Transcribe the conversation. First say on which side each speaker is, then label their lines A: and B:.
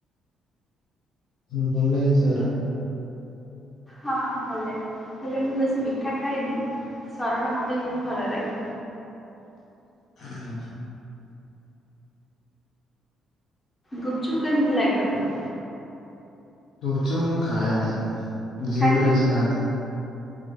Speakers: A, on the left; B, on the left.
A: ସୁନ୍ଦର ଲାଗେ ସେ ରା।
B: ହଁ ଭଲ ଲାଗେ। ହେଲେ ମୁଁ ବେଶୀ ମିଠା ଖାଏନି। ସର ପାମ୍ପଡ଼ି ଭଲ ଲାଗେ।
A: ଓ ହୋ।
B: ଗୁପଚୁପ୍ କେମୀତି ଲାଗେ ତମକୁ।
A: ଧୁପଚୁପ ମୁଁ ଖାଏନି। ଝିଅ
B: କାହିଁକି?
A: ପିଲା ବେଶୀ ଖାଆନ୍ତି।